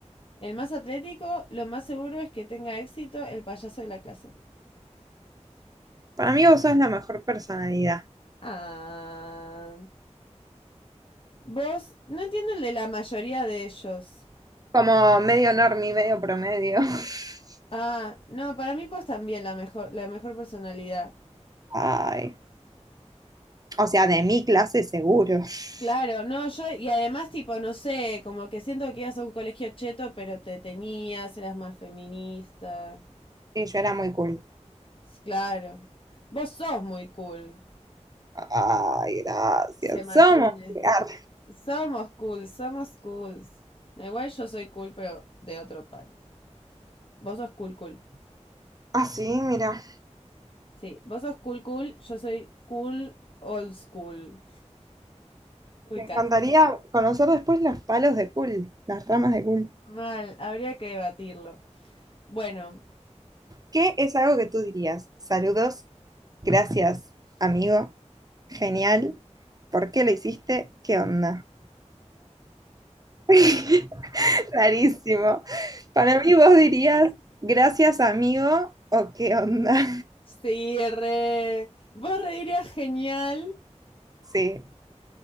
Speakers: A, on the left; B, on the right.
A: el más atlético, lo más seguro es que tenga éxito el payaso de la clase.
B: Para mí vos sos la mejor personalidad.
A: Ah. Vos, no entiendo el de la mayoría de ellos.
B: Como medio normie, medio promedio. <laughs>
A: Ah, no, para mí vos también la mejor, la mejor personalidad.
B: Ay. O sea, de mi clase seguro. <laughs>
A: Claro, no, yo, y además, tipo, no sé, como que siento que ibas a un colegio cheto, pero te tenías, eras más feminista.
B: Sí, yo era muy cool.
A: S- Claro. Vos sos muy cool.
B: Ay, gracias.
A: Se mantiene.
B: Somos. ah,
A: Somos cool, somos cools. No, igual yo soy cool, pero de otro palo. Vos sos cool, cool.
B: Ah, sí, mira.
A: Sí, vos sos cool, cool, yo soy cool, old school. Ubicás.
B: Me encantaría conocer después los palos de Cool, las ramas de Cool.
A: Mal, habría que debatirlo. Bueno,
B: ¿Qué es algo que tú dirías? Saludos, gracias, amigo, genial. ¿Por qué lo hiciste? ¿Qué onda? <laughs> Rarísimo. Para mí vos dirías, gracias, amigo, o qué onda.
A: Sí, re. Vos reirías genial.
B: Sí.